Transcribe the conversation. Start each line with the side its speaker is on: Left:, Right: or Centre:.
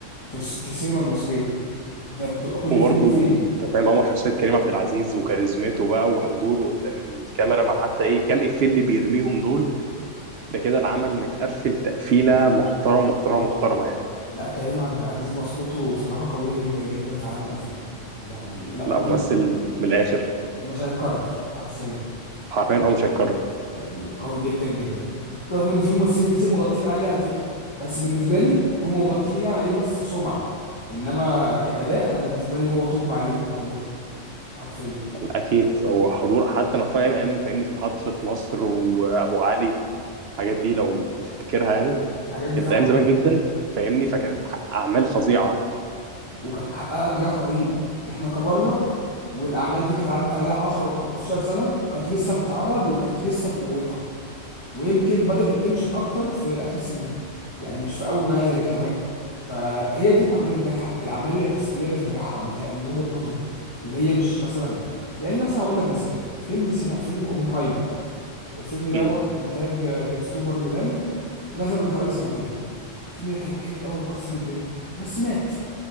Left: في الس- في السينما المصرية ده بتبقى كل
Right: وبرضه
Left: فين وفين
Right: انت فاهم قوي شخصيه كريم عبد العزيز وكاريزمته بقى وحضوره قدام الكاميرا مع حتى ايه كام افيه اللي بيرميهم دول ده كده العمل متقفل تقفيلة محترمة محترمة محترمة يعني
Left: لا كريم عبد العزيز بصمته بصراحة قوية جدا جدا في عالم الأفلام يعني لا
Right: لا
Left: رهيب
Right: ممثل بالآخر
Left: مش هيتكرر حرفيا
Right: حرفيا اه مش هيتكرر
Left: يعني قوي جدا جدا رغم إن في ممثلين كتير مغطين عليه على فكرة بس بالنسبة لي هم مغطيين عليه بس سمعة إنما كأداء أنا بالنسبة لي هو توب عليهم كلهم حرفيا
Right: اكيد هو حضور حتى لو في ايام أيام فاهمني في محطة مصر وابو علي الحاجات دي لو تفتكرها يعني
Left: الحاجات دي
Right: كانت
Left: طبعا
Right: ايام زمان جدا فاهمني فكانت اعمال فظيعة
Left: وكانت محققة نجاح رهيب إحنا كبرنا والأعمال دي كانت عدت عليها 10 و15 سنة وكانت لسه بتتعرض وكانت لسه بقوتها ويمكن بدأت تنشط أكتر في آخر سنين يعني مش في أول ما نزلت كمان فهي دي الأعمال الناجحة الأعمال اللي بتستمر في نجاحها مت- من وجهة نظري اللي هي مش مثلا يعني مثلا أقول لك مثال فيلم شبه فيلم أوبنهايمر الفيلم دوت
Right: امم
Left: إنتاج آه، كريستوفر نولان نزل من حوالي سنتين الفيلم ده كان جامد قوي مكسر الدنيا بس مات